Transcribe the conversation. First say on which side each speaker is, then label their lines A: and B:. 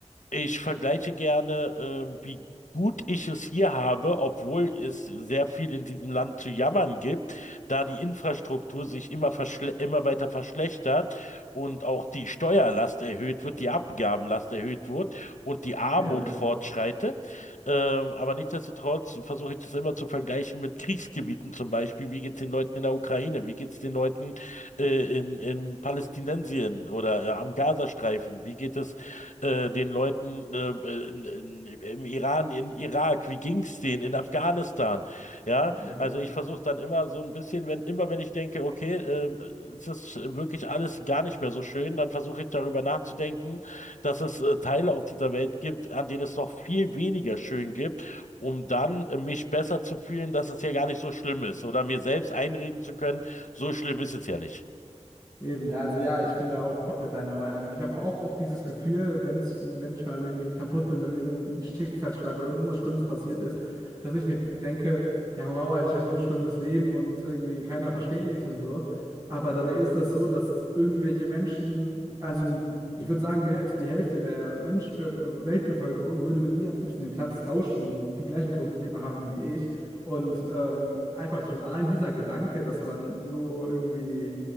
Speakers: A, on the left; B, on the right.
A: Ich vergleiche gerne, äh, wie gut ich es hier habe, obwohl es sehr viel in diesem Land zu jammern gibt, da die Infrastruktur sich immer verschle immer weiter verschlechtert und auch die Steuerlast erhöht wird, die Abgabenlast erhöht wird und die Armut
B: Ja.
A: fortschreitet. Ähm, aber nichtsdestotrotz versuche ich das immer zu vergleichen mit Kriegsgebieten zum Beispiel. Wie geht es den Leuten in der Ukraine? Wie geht es den Leuten äh, in, in Palästinensien oder äh, am Gazastreifen? Wie geht es äh, den Leuten äh, in, in, im Iran, in Irak? Wie ging es denen in Afghanistan? Ja,
B: Ja.
A: also ich versuche dann immer so ein bisschen, wenn immer wenn ich denke, okay, ähm, es ist wirklich alles gar nicht mehr so schön, dann versuche ich darüber nachzudenken, dass es äh, Teile auf dieser Welt gibt, an denen es noch viel weniger schön gibt, um dann äh, mich besser zu fühlen, dass es ja gar nicht so schlimm ist oder mir selbst einreden zu können, so schlimm ist es ja nicht.
B: Eben, ja, also ja, ich bin da auch komplett deiner Meinung. Ich habe auch oft dieses Gefühl, wenn's, wenn ich mal irgendwie kaputt bin, wenn irgendein Schicksalsschlag oder wenn irgendwas Schlimmes passiert ist, dass ich mir denke, ja, wow, Alter, ich habe so ein schlimmes Leben und irgendwie keiner versteht mich und so. Aber dabei ist das so, dass irgendwelche Menschen, also ich würde sagen, mehr als die Hälfte der Mensch, äh, Weltbevölkerung würde mit mir am liebsten den Platz tauschen und die gleichen Probleme haben wie ich. Und ähm, einfach schon allein dieser Gedanke, dass man so irgendwie